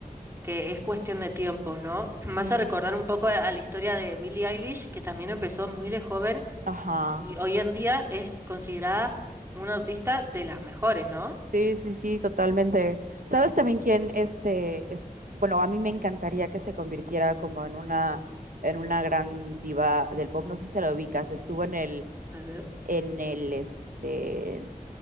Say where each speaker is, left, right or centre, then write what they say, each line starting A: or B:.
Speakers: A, on the right (about 15°); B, on the right (about 65°).
A: que es cuestión de tiempo, ¿no? <clears throat> Me
B: Ujú.
A: hace recordar un poco a la historia de Billie Eilish, que también empezó muy de joven
B: Ajá.
A: y hoy en día es considerada una artista de las mejores, ¿no?
B: Sí, sí, sí, totalmente. ¿Sabes también quién este es, bueno, a mí me encantaría que se convirtiera como en una en una gran diva del pop, no sé si se la ubicas, estuvo en el
A: A ver.
B: en el este,